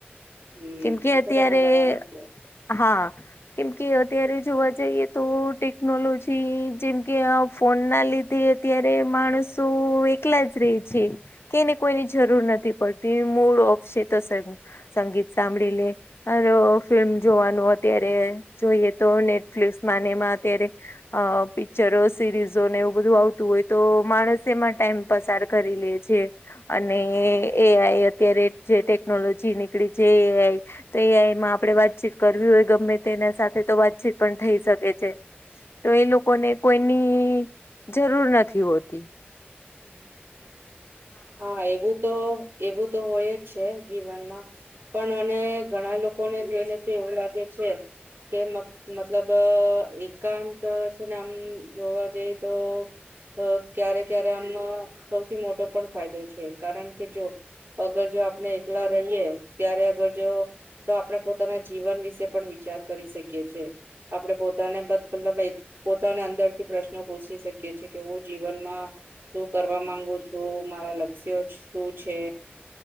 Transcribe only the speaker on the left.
કેમ કે
અત્યારે
હા કેમ કે અત્યારે જોવા જઈએ તો ટેકનોલોજી જેમ કે આ ફોનના લીધ તે અત્યારે માણસો એકલા જ રે છે કે એને કોઈની જરૂર નથી પડતી મૂડ ઓફ છે તો સંગીત સાંભળીલે <unintelligible> ફિલ્મ જોવાનું અત્યારે જોઈએ તો નેટફ્લિક્સમાને એમાં અત્યારે અ પિક્ચરો સિરીઝો ને એવું બધું આવતું હોય તો માણસે એમાં ટાઈમ પસાર કરી લે છે. અને એ એઆઈ અત્યારે જે ટેકનોલોજી નીકળી છે એઆઈ તો એઆઈમાં આપડે વાતચીત કરવી હોય ગમે તેના સાથે તો વાતચીત પણ થઈ શકે છે. તો એ લોકોને કોઈની જરૂર નથી હોતી.